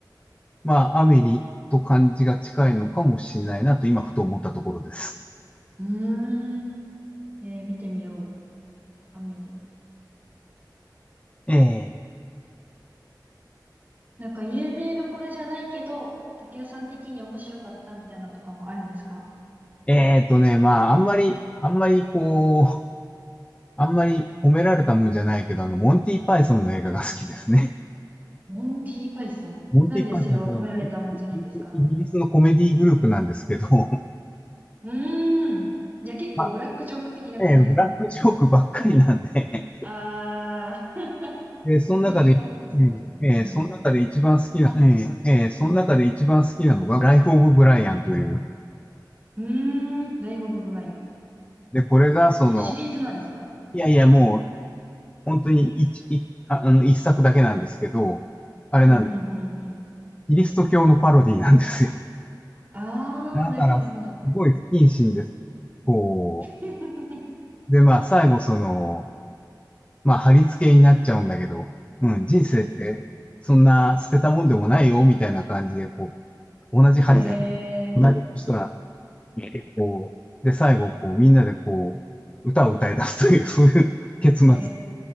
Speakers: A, on the left (about 15°); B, on the right (about 25°).
A: まあ、アメリと感じが近いのかもしれないなと今ふと思ったところです。
B: うーん。えー、見てみよう。アメリ。
A: え
B: なんか有名どころじゃないけど、竹雄さん的に面白かったみたいなのとかもあるんですか
A: ええーとね、まあ、あんまり、あんまりこう、あんまり褒められたもんじゃないけど、あの、モンティ・パイソンの映画が好きですね。
B: モンティーパイソン。
A: <laughs> モンティ・
B: なんでそれは褒められたもんじゃないんですか
A: パイソンというのは、いいイギリスのコメディグループなんですけど、<laughs>
B: うーん。じゃあ結構ブラックジョーク的な感じですか
A: まあ、えーブラックジョークばっかりなんで、
B: ああー、<laughs>
A: でその中で、
B: イギリスは本当そうですよね。
A: うんえーその中で一番好きな、
B: うん。
A: えーえーその中で一番好きなのが、ライフ・オブ・ブライアンという。
B: うーん。ライフ・オブ・ブライアン。
A: で、これが、その、
B: ていうシリーズなんですか
A: いやいや、もう、本当に一、一ああの、一作だけなんですけど、あれなんです。
B: うん、うん、うん、うん。
A: キリスト教のパロディなんですよ。
B: あー、
A: だから、
B: なるほど、なるほど。
A: すごい不謹慎です。こ
B: <laughs>
A: う、で、まあ、最後、その、まあ、貼り付けになっちゃうんだけど、うん、人生って、
B: うん
A: そんな捨てたもんでもないよ、みたいな感じで、こう、同じ貼り付け、
B: ええ
A: なる人が、こう、で、最後、こう、みんなで、こう、歌を歌い出すという、そういう結末に。
B: ー、